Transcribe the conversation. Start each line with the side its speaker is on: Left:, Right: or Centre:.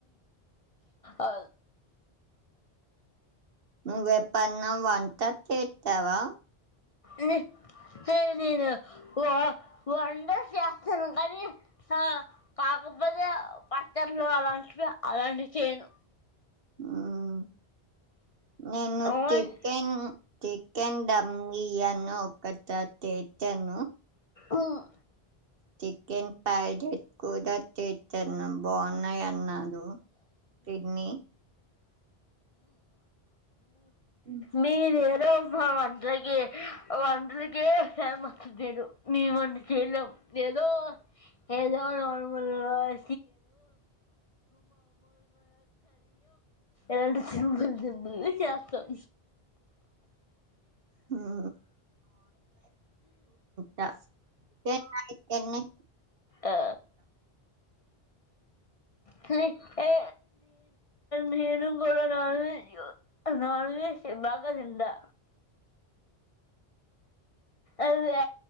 Left: ఆ,
Right: నువ్వు ఎప్పుడన్న వంట చేసావా
Left: ఉమ్ చెయ్యునెను వ వంట చేస్తాను కానీ ఆ క కాకపోతే పచ్చళ్ళు అలాంటి అలాంటివి చేయను
Right: ఉమ్ నేను
Left: వన్-
Right: చికెన్ చికెన్ డప్ ఉమ్ అన్ని ఒకసారి చేశాను
Left: ఉమ్
Right: చికెన్ పైట్ కూడా చేస్తాను బాగున్నాయి అన్నాడు తిడ్ని హ్మ్.
Left: మీరేం వంటలకి వంటలకే ఫేమస్ నేను మేం వంట చేయలేం ఏదో ఏదో ఒక ఎలాంటి సింపుల్ సింపుల్ది చేస్తాం
Right: ఉమ్ చేసాను ఈ అన్ని
Left: ఆ హే ఏ నేను కూడా నాన్వేజ్ నాన్వెజ్ చెస్ బా బాగా తిండా అదే